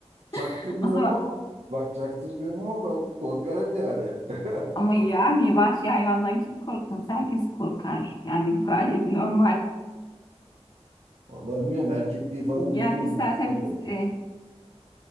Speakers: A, on the right; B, on the left.
A: Çaktırmıyorum
B: <laughs> O zaman
A: ama bak çaktırmıyorum ama bak korkarım yani. <laughs>
B: Ama yani vahşi hayvandan kim korkmaz? Herkes korkar. Yani bu gayet normal.
A: Vallahi bilmiyorum erkekliği falan unuturum.
B: Gel istersen
A: yani, ona göre.
B: biz e,